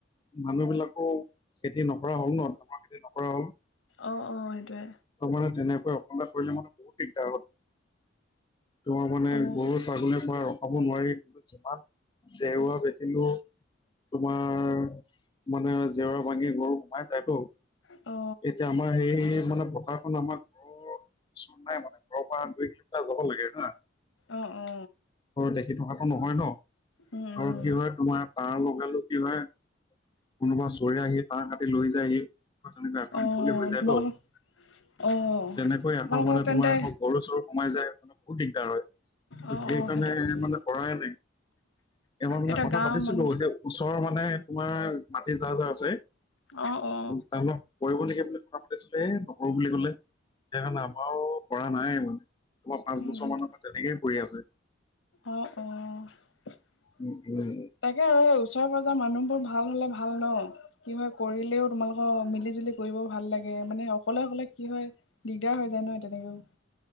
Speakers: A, on the left (about 20°); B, on the left (about 75°).
A: মানুহ বিলাকো খেতি নকৰা হ'ল ন ধানৰ খেতি নকৰা হ'ল।
B: অ অ সেইটোৱে
A: মানে তেনেকৈ অকলে কৰিলে মানে বহুত দিগদাৰ হয়। ত মানে
B: অ
A: গৰু ছাগলীৰ পৰা ৰখাব নোৱাৰি যিমান জেৰুৱা ভেটিলেও তোমাৰ মানে জেৰুৱা ভাঙি গৰু সোমাই যায়তো।
B: অ
A: এতিয়া আমাৰ সেই মানে পথাৰখন আমাৰ ঘৰৰ ওচৰত নাই মানে ঘৰৰ পৰা দুই কিলোমিটাৰ যাব লাগে। হা
B: অ অ
A: দেখি থকাতটো নহয় ন
B: উম
A: আৰু
B: উম
A: কি হয় তোমাৰ তাঁৰ লগালে কি হয় কোনোবা চুৰে আহি তাঁৰ কাতি লৈ যায়হি। তেনেকুৱা এখন আকৌ
B: অ
A: মুকলি হৈ যায়
B: তোমালোকৰ
A: ত'
B: অ
A: তেনেকৈ
B: তোমালোকৰ
A: আকৌ মানে
B: তেন্তে
A: তোমাৰ আকৌ গৰু চৰু সোমাই যায় মানে বহুত দিগদাৰ হয় ত'
B: অ
A: সেইকাৰণে
B: অ সেইটো সেইটোৱে
A: মানে কৰাই নাই এই মাহত মানে
B: এটা
A: কথা
B: গাঁৱৰ
A: পাতিছিলোঁ
B: মানুহ
A: এতিয়া ওচৰৰ মানে তোমাৰ মাটি জাৰ জাৰ আছে
B: অ অ
A: তাৰ কৰিব নেকি বুলি কথা পাতিছিলো এই নকৰো বুলি কলে সেইকাৰণে আমাৰো পৰা নাই মানে। তোমাৰ পাঁচ
B: উম
A: বছৰ
B: সেইটো
A: মানৰ পৰা তেনেকেই কৰি আছে।
B: অ', অ'। তাকে
A: উম, উম,
B: আৰু ওচৰ-পাঁজৰ মানুহবোৰ ভাল হ'লে ভাল ন, কি হয় কৰিলেও তোমালোকৰ মিলি-জুলি কৰিব ভাল লাগে, মানে অকলে, অকলে কি হয় দিগদাৰ হৈ যায় নহয় তেনেকেও।